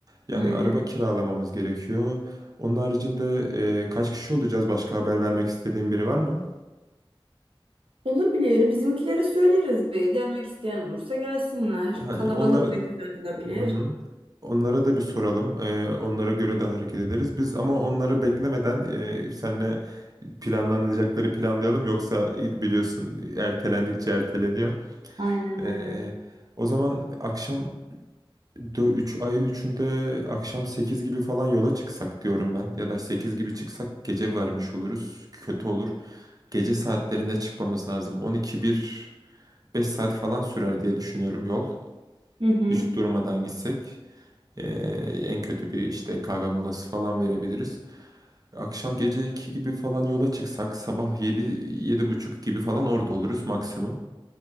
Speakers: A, on the right (about 40°); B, on the right (about 75°).
A: Yani
B: Aynen.
A: araba kiralamamız gerekiyor. Onun haricinde e, kaç kişi olacağız? Başka haber vermek istediğin biri var mı?
B: Olabilir. Bizimkilere söyleriz bir. Gelmek isteyen olursa gelsinler.
A: Ha,
B: Kalabalık
A: onları
B: da güzel olabilir.
A: Hı hı. Onlara da bir soralım. E, onlara göre de hareket ederiz. Biz ama onları beklemeden e, senle planlanacakları planlayalım. Yoksa biliyorsun ertelendikçe erteleniyor.
B: Aynen aynen.
A: E, o zaman akşam 3 ayın 3'ünde akşam 8 gibi falan yola çıksak diyorum ben. Ya da 8 gibi çıksak gece varmış oluruz. Kötü olur. Gece saatlerinde çıkmamız lazım. 12 bir, 5 saat falan sürer diye düşünüyorum yol.
B: Hı hı.
A: Hiç durmadan gitsek. Ee, en kötü bir işte kahve molası falan verebiliriz. Akşam gece 2 gibi falan yola çıksak sabah yedi yedi buçuk gibi falan orada oluruz maksimum.